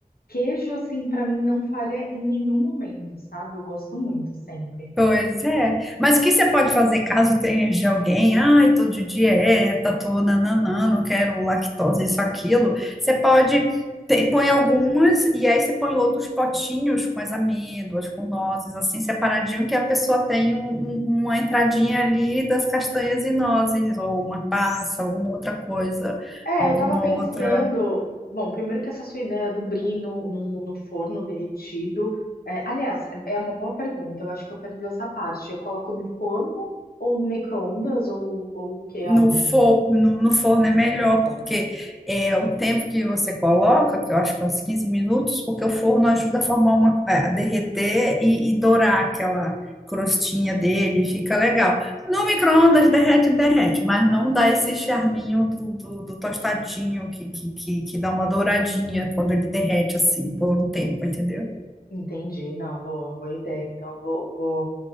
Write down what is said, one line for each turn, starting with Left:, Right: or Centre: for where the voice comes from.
Left: queijo assim pra mim não falha em nenhum momento, sabe? Eu gosto muito sempre.
Centre: Pois é. Mas o que você pode fazer caso tenha de alguém? Ai, tô de dieta, tô nananã, não quero lactose, isso, aquilo. Você pode. ter- Põe algumas e aí você põe outros potinhos com as amêndoas, com nozes, assim, separadinho, que a pessoa tem um- um- uma entradinha ali das castanhas e nozes, ou uma passa, alguma outra coisa,
Left: É,
Centre: alguma
Left: eu tava pensando,
Centre: outra.
Left: bom, primeiro que essa sua ideia do brie no, no, no forno derretido, é, aliás, é é uma boa pergunta, eu acho que eu perdi essa parte. Eu coloco no forno ou no micro-ondas ou ou o que
Centre: No
Left: aonde?
Centre: forno, no forno é melhor,
Left: No forno.
Centre: porque é o tempo que você coloca, que eu acho que é uns 15 minutos, porque o forno ajuda a formar uma, é, a derreter e, e dourar aquela crostinha dele, fica legal. No micro-ondas derrete, derrete, mas não dá esse charminho do, do, do tostadinho que, que, que, que dá uma douradinha quando ele derrete assim por um tempo, entendeu?
Left: Entendi, não, boa, boa ideia. Então vou, vou